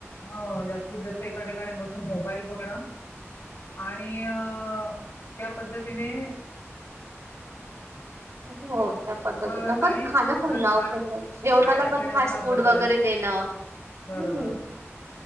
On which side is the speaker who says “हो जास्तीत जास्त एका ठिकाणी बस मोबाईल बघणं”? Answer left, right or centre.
Left